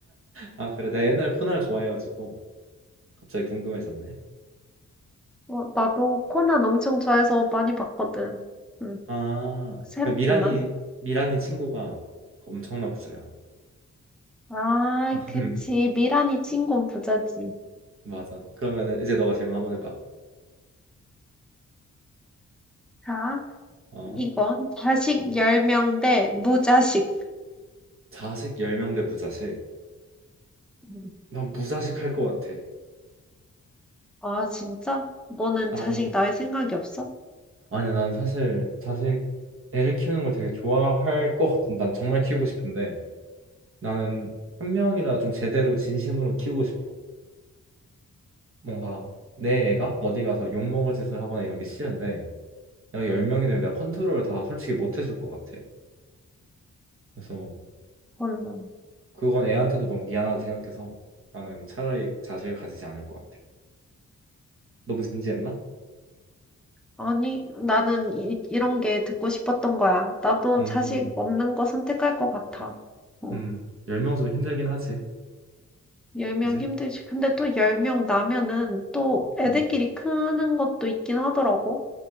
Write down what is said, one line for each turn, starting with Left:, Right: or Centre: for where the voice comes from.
Right: 아, 그래. 내가 옛날 코난을 좋아해가지고 갑자기 궁금해졌네.
Centre: 어, 나도 코난 엄청 좋아해서 많이 봤거든. 응,
Right: 아,
Centre: 새롭구만.
Right: 미란이 미란이 친구가 엄청난 부자야.
Centre: 아,
Right: <laughs>
Centre: 그치. 미란이 친군 부자지.
Right: 맞아. 그러면은 이제 너가 질문 한번 해봐.
Centre: 자,
Right: 어.
Centre: 이건 자식 10명 대 무자식.
Right: 자식 10명 대 무자식.
Centre: 음.
Right: 난 무자식 할 것 같아.
Centre: 아, 진짜? 너는
Right: 나는
Centre: 자식 낳을 생각이 없어?
Right: 아니, 야 난 사실 자식 애를 키우는 걸 되게 좋아할 것 같은. 난 정말 키우고 싶은데 나는 한 명이라 좀 제대로 진심으로 키우고 싶어. 뭔가 내 애가 어디 가서 욕먹을 짓을 하거나 이런 게 싫은데 내가 열 명이 되면 내가 컨트롤을 다 솔직히 못 해줄 것 같아. 그래서
Centre: 혼남.
Right: 그건 애한테도 너무 미안하다 생각해서 나는 차라리 자식을 가지지 않을 것 같아. 너무 진지했나?
Centre: 아니, 나는 이, 이런 게 듣고 싶었던 거야. 나도
Right: 음,
Centre: 자식 없는 거 선택할 것 같아. 어,
Right: 음, 열 명 좀 힘들긴 하지.
Centre: 10명
Right: 그지?
Centre: 힘들지. 근데 또 10명 나면은 또 애들끼리
Right: 음,
Centre: 크는 것도 있긴 하더라고.